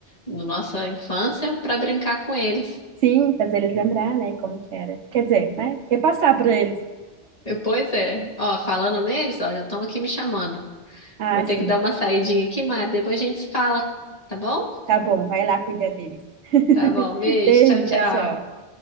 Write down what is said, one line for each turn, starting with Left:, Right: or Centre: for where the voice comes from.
Left: da nossa infância para brincar com eles.
Right: sim, fazer eles lembrar, né, como que era. Quer dizer, né? Repassar para eles.
Left: E, Pois é. Ó, falando neles, ó, já estão aqui me chamando.
Right: Ah,
Left: Vou ter
Right: sim.
Left: que dar uma saidinha aqui, Mari. Depois a gente se fala, tá bom?
Right: Tá bom, vai lá cuidar deles. <laughs>
Left: Tá bom, beijo,
Right: Beijo,
Left: tchau, tchau.
Right: tchau, tchau.